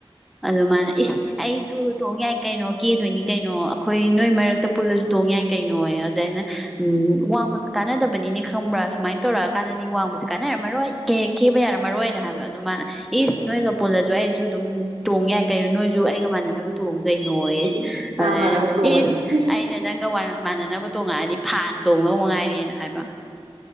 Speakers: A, in the centre; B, on the right.
A: ꯑꯗꯨꯃꯅ ꯏꯁ ꯑꯩꯁꯨ ꯇꯣꯡ ꯌꯥꯏ ꯀꯩꯅꯣ ꯀꯦꯗꯣꯏꯅꯤ ꯀꯩꯅꯣ ꯑꯩꯈꯣꯏ ꯅꯣꯏ ꯃꯔꯛꯇ ꯄꯨꯜꯂꯁꯨ ꯇꯣꯡ ꯌꯥꯏ ꯀꯩꯅꯣ ꯑꯗꯨꯗꯥꯏꯅ ꯎꯝ ꯋꯥꯡꯃꯁꯨ ꯀꯥꯟꯅꯗꯕꯅꯤ ꯈꯪꯕ꯭ꯔꯥ ꯁꯨꯃꯥꯏꯅ ꯇꯧꯔꯛꯑꯀꯥꯟꯗꯗꯤꯕ ꯀꯥꯟꯅꯔꯝꯃꯔꯣꯏ ꯀ ꯀꯦꯕ ꯌꯥꯔꯝꯃꯔꯣꯏ ꯍꯥꯏꯕ ꯑꯣ ꯃꯥꯅ ꯏꯁ ꯅꯣꯏꯒ ꯄꯨꯜꯂꯁꯨ ꯑꯩꯁꯨ ꯑꯗꯨꯝ ꯇꯣꯡꯉ ꯌꯥꯏ ꯀꯩꯅꯣ ꯅꯣꯏꯁꯨ ꯑꯩꯒ ꯃꯥꯟꯅꯅꯕ ꯇꯣꯡꯉ ꯀꯩꯅꯣ
B: ꯈꯤꯛꯏ ꯃꯥ
A: ꯑꯗꯨꯅ
B: ꯃꯥꯟꯅꯕ ꯇꯣꯡꯉꯗꯤ
A: ꯏꯁ
B: ꯁꯤꯔꯅꯤ
A: ꯑꯩꯅ ꯅꯪꯒ ꯃꯥꯟꯅꯅꯕ ꯇꯣꯡꯉꯛꯑꯅꯤ ꯐꯥꯟ ꯇꯣꯡꯗ ꯃꯉꯥꯏꯔꯦꯅ ꯍꯥꯏꯕ